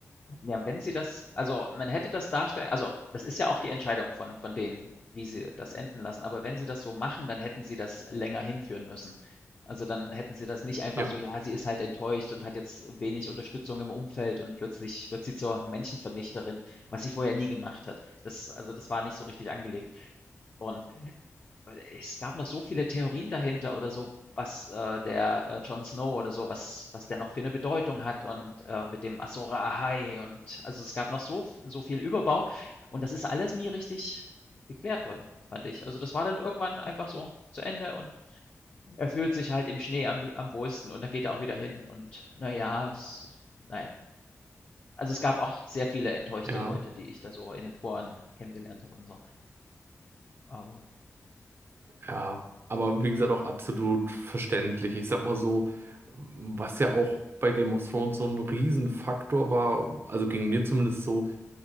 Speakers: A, on the left (about 35°); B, on the right (about 45°).
A: Ja, wenn sie das also, man hätte das darstellen also, das ist ja auch die Entscheidung von von denen, wie sie das enden lassen. Aber wenn sie das so machen, dann hätten sie das länger hinführen müssen. Also, dann hätten sie das nicht einfach
B: Ja,
A: so: „Ja, sie ist halt enttäuscht und hat jetzt wenig Unterstützung im Umfeld und plötzlich wird sie zur Menschenvernichterin“, was sie vorher nie gemacht hat. Das also, das war nicht so richtig angelegt. Und weil es gab noch so viele Theorien dahinter oder so, was, äh, der, äh, Jon Snow oder so was was der noch für eine Bedeutung hat und, äh, mit dem Azor Ahai und also, es gab noch so so viel Überbau und das ist alles nie richtig geklärt worden, fand ich. Also, das war dann irgendwann einfach so zu Ende und er fühlt sich halt im Schnee am am wohlsten und da geht er auch wieder hin und na ja, es na ja. Also, es gab auch sehr viele enttäuschte
B: ja,
A: Leute, die ich da so in den Foren kennengelernt habe und so, aber
B: ja. Aber wie gesagt, auch absolut verständlich. Ich sag mal so, was ja auch bei Game of Thrones so ein Riesenfaktor war, also ging mir zumindest so,